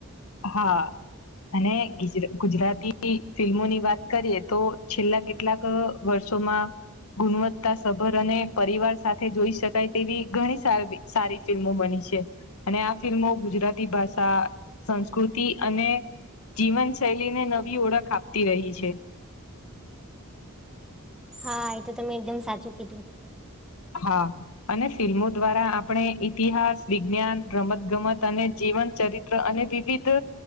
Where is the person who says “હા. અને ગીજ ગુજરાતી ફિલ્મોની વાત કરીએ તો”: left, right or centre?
Left